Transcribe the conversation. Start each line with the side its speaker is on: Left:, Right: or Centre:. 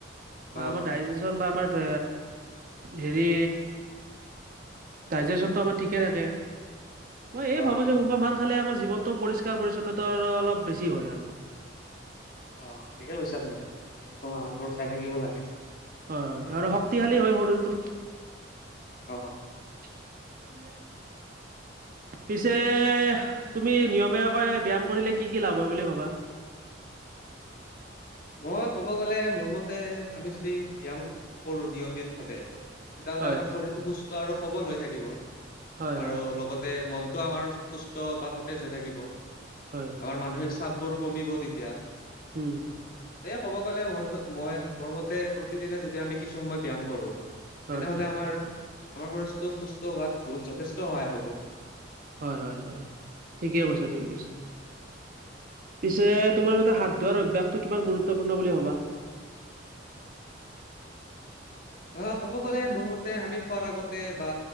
Left: অ
Right: আমাৰ ডাইজেচন বা আমাৰ হেৰি ডাইজেচনটো আমাৰ ঠিকে থাকে। মই এই
Left: অ
Right: ভাবোঁ যে সুষম আহাৰ ফালে আমাৰ জীৱনটো পৰিষ্কাৰ পৰিচ্ছন্নতা আৰু অলপ বেছি হয় আৰু।
Left: অ, ঠিকে কৈছা তুমি। সুষম আহাৰবোৰ খাই থাকিব লাগে।
Right: ধৰক, শক্তিশালী হয় শৰীৰটো।
Left: অ।
Right: <unintelligible>
Left: <inaudible>
Right: পিছে তুমি নিয়মীয়াকৈ ব্যায়াম কৰিলে কি কি লাভ হয় বুলি ভাবা?
Left: মই ক'ব গ'লে মোৰ মতে, আমি যদি ব্যায়াম কৰোঁ নিয়মিয়াত ভাবে। তেতিয়াহ'লে
Right: হয়
Left: আমাৰ শৰীৰটো সুস্থ আৰু সবল হৈ থাকিব।
Right: হয়
Left: আৰু
Right: হয়
Left: লগতে মনটো আমাৰ সুস্থ বা সতেজ হৈ থাকিব।
Right: হয়
Left: আমাৰ মানসিক চাপ বোৰো কমিব তেতিয়া।
Right: উম।
Left: এ ক'ব গ'লে মোৰ মই মোৰ মতে প্ৰতিদিনে যদি আমি কিছু সময় ব্যায়াম কৰোঁ‌
Right: হয়
Left: তেনেহ'লে আমাৰ আমাৰ শৰীৰটো সুস্থ হোৱাত বহুত যথেষ্ট সহায় হ'ব।
Right: হয়-হয়-হয় ঠিকে কৈছা, ঠিকে কৈছা। পিছে তোমাৰ মতে হাত ধোৱাৰ অভ্যাসটো কিমান গুৰুত্বপূৰ্ণ বুলি ভাবা?
Left: অ', ক'ব গ'লে মোৰ মতে আমি খোৱাৰ আগতে বা